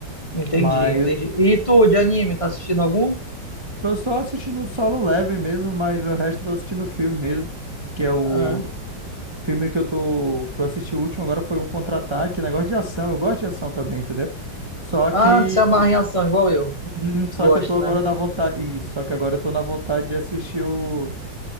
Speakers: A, on the left; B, on the right.
A: Entendi,
B: Mas
A: entendi.
B: eu
A: E tu, de anime, tá assistindo algum?
B: tô só assistindo o Solo Leveling mesmo, mas o resto eu tô assistindo o filme mesmo, que é o
A: É.
B: filme que eu tô, que eu assisti o último agora foi um contra-ataque, negócio de ação. Eu gosto de ação também, entendeu? Só
A: Ah,
B: que
A: tu se amarra em ação, igual eu.
B: Uhum. só
A: Gosto,
B: que eu tô agora
A: né?
B: na vontade, isso, só que agora eu tô na vontade de assistir o,